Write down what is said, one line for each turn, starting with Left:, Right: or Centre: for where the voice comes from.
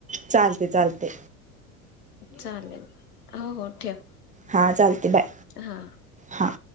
Right: चालते चालते.
Left: चालेल हो हो ठेव.
Right: हा चालते बाय.
Left: हा.
Right: हां.